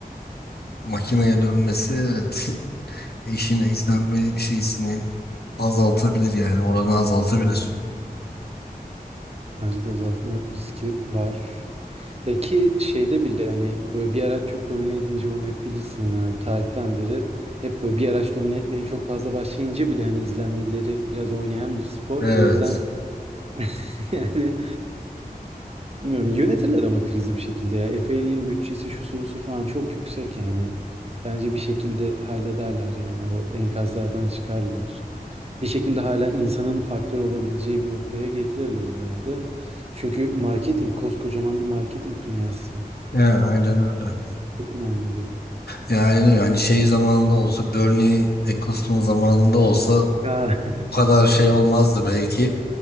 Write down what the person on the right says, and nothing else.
Bence de azaltma riski var. Ya ki şeyde bile hani böyle bir araç çok domine edince onu hep bilirsin hani abi tarihten beri hep böyle bir araç domine etmeye çok fazla başlayınca bile hani izlenmeleri biraz oynayan bir spor.
O yüzden <laughs> yani bilmiyorum yönetirler ama krizi bir şekilde ya. FA'in bütçesi şusu busu falan çok yüksek yani. Bence bir şekilde hallederler yani o enkazlardan çıkarlar. Bir şekilde hala insanın faktör olabileceği bir noktaya getirirler herhalde. Çünkü marketing koskocaman bir marketing dünyası
çok önemli bu.
Ha.